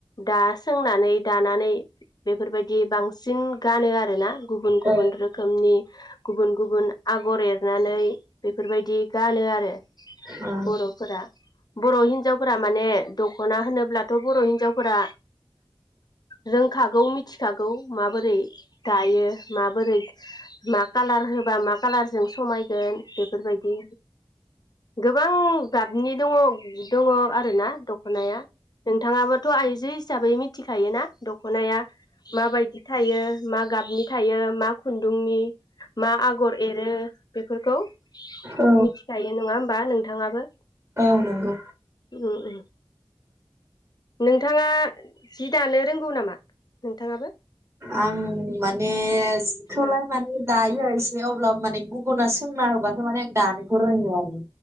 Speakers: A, on the left; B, on the right.
A: दा सोंनानै दानानै बेफोरबायदि बांसिन गानो आरोना गुबुन गुबुन
B: औ
A: रोखोमनि गुबुन गुबुन आगर एरनानै बेफोरबायदि गानो आरो
B: औ
A: बरफोरा हिनजावफोरा माने दखना होनोब्लाथ ब बर हिन्जावफोरा रोंखागौ मिथिखागौ माबोरै दायो माबोरै मा कालार होबा मा कालार जों समायगोन बेफोरबायदि गोबां गाबनि दङ दङ आरो ना दख खनाया नोंथाङाबोथ आइजो हिस साबै मिथिखायो ना दखनाया माबायदि थायो? मा गाबनि थायो मा खुन्दुंनि मा आगर एरो बेफोरखौ
B: औ
A: मिथिखायो नङा होमबा नोंथाङाबो?
B: नोंगौ
A: उम उम नोंथाङा जि दानो रोंगौ नामा? नोंथाङाबो
B: आं माने सिखौलाय
A: ओ
B: माने दायो दे अब्ला माने गुबुना सोंना होबाथ माने दानोखौ रोंगौ आरो